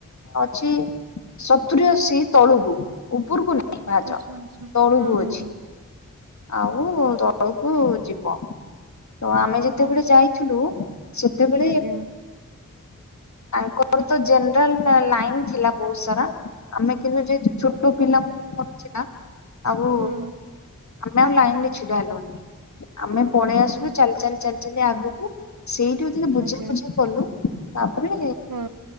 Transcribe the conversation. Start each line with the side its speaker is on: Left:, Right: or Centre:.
Left: ଅଛି। ସତୁରୀ ଅଶି ତଳୁକୁୁ ଉପରକୁ ନାଇଁ ପାହାଚ
Right: ଆଚ୍ଛା ଆଚ୍ଛା
Left: ତଳୁକୁୁ
Right: ହଁ ହଁ
Left: ଅଛି।
Right: ହଁ।
Left: ଆଉ ତଳକୁ ଯିବ। ତ ଆମେ ଯେତେବେଳେ
Right: ହଁ
Left: ଯାଇଥିଲୁ ସେତେବେଳେ
Right: ଆଜ୍ଞା
Left: ଆଙ୍କ ଘରତ ଜେନେରାଲ୍ ଲାଇନ୍ ଥିଲା ବହୁତ ସାରା। ଆମେ କିନ୍ତୁ ଯେହେତୁ ଛୋଟ ପିଲା ପୁଅ ମରୁଛି ନା। ଆଉ
Right: ହୁଁ
Left: ଆମେ ଆଉ ଲାଇନ୍ ରେ ଛିଡା ହେଲୁନି ଆମେ ପଳେଇ
Right: ଓହୋ।
Left: ଆସିଲୁ ଚାଲି ଚାଲି ଚାଲି। ଯେମିତି ଆଗକୁ ସେଇଠି ଯଦି ଟିକେ ବୁଝା
Right: ଆଜ୍ଞା
Left: ବୁଝି କଲୁ ତାପରେ
Right: ହଁ।